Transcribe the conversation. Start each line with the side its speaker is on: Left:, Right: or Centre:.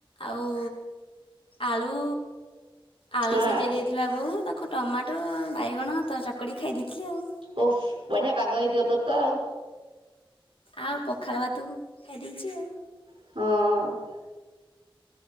Left: ଆଉ ଆଳୁ ଆଳୁ
Right: ହଁ
Left: ସିଝେଇ ଦେଇଥିଲା ବୋଉ। ତାକୁ ଟମାଟୋ ବାଇଗଣ ତ ଚକଡି ଖାଇ ଦେଇଥିଲି। ଆଉ
Right: ଓଃ, ବଢିଆ ପାଗ ହେଇଥିବ ତୋର ତ ଆଉ।
Left: ଆଉ ପଖାଳ ଭାତକୁ ଖାଇ ଦେଇଛି ଆଉ।
Right: ହଁ।